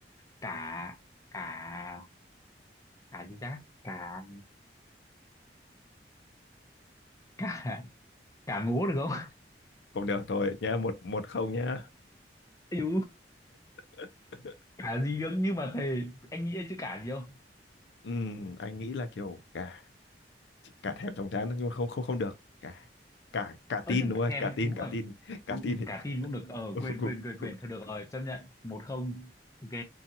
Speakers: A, on the left (about 20°); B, on the left (about 80°).
A: cả cả cả gì ta cả cả cả ngố được không <laughs>
B: cũng được thôi nhá một một không nhá
A: Ây
B: <laughs>
A: cả gì được nhưng mà thề anh nghĩ chứ cả gì không
B: Ừm, anh nghĩ là kiểu cả cả thèm chóng chán nhưng mà không không không được cả cả cả
A: ơ
B: tin
A: chứ
B: đúng không
A: thèm
B: cả tin
A: đúng
B: cả
A: rồi
B: tin cả
A: Ừ,
B: tin
A: ừ,
B: thì
A: cả tin cũng được ờ
B: được. <laughs>
A: quên quên quên quên thôi được rồi chấp nhận một không ok